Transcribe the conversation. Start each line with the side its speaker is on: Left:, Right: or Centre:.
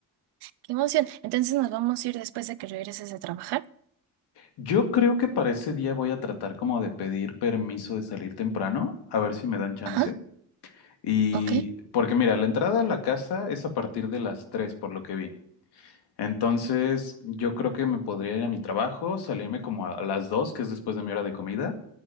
Right: qué emoción. Entonces nos vamos a ir después de que regreses a trabajar.
Left: Yo creo que para ese día voy a tratar como de pedir permiso de salir temprano, a ver si me dan chance.
Right: Ajá,
Left: Y
Right: ok.
Left: porque mira, la entrada a la casa es a partir de las 3, por lo que vi. Entonces, yo creo que me podría ir a mi trabajo, salirme como a las dos, que es después de mi hora de comida,